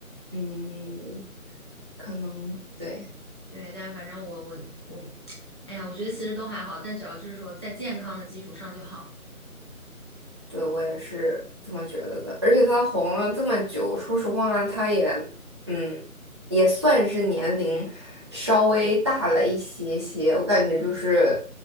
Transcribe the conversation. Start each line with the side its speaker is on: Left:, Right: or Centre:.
Right: 嗯，可能对。
Left: 对，但反正我我我，哎呀，我觉得其实都还好，但只要就是说在健康的基础上就好。
Right: 对，我也是这么觉得的。而且他红了这么久，说实话，他也，嗯，也算是年龄稍微大了一些些。我感觉就是